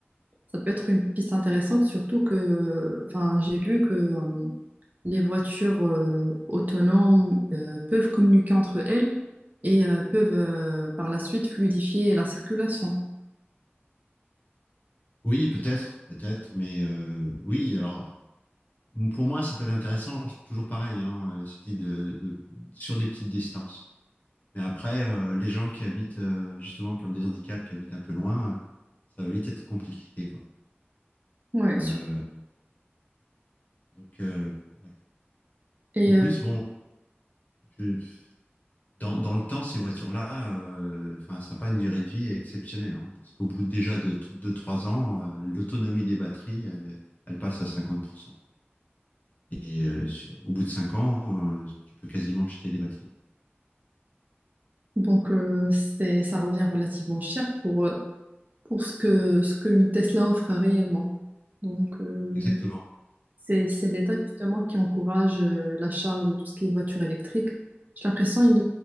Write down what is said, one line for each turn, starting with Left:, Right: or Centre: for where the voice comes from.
Right: Ça peut être une piste intéressante, surtout que, enfin, j'ai lu que euh, les voitures euh, autonomes euh, peuvent communiquer entre elles et euh, peuvent euh, par la suite fluidifier la circulation.
Left: oui, peut-être, peut-être, mais euh, oui, alors, pour moi, ça peut être intéressant, toujours pareil, hein, ce type de, de- sur des petites distances. Mais après, euh, les gens qui habitent, euh, justement, qui ont des handicaps, qui habitent un peu loin, euh, ça va vite être compliqué, quoi.
Right: Ouais,
Left: Euh,
Right: su-
Left: donc, euh, ouais.
Right: et
Left: En plus,
Right: euh,
Left: bon, je- dans, dans le temps, ces voitures-là, euh, enfin, ça n'a pas une durée de vie exceptionnelle. hein, parce qu'au bout déjà de deux trois ans, euh, l'autonomie des batteries, elle, elle passe à 50%. Et euh, sur- au bout de 5 ans, euh, tu peux quasiment jeter des batteries.
Right: donc euh, c'est, ça revient relativement cher pour, euh, pour ce que ce qu'une Tesla offre réellement. Donc, euh,
Left: Exactement.
Right: c'est c'est l'État justement qui encourage euh, l'achat de tout ce qui est voiture électrique. J'ai l'impression qu'il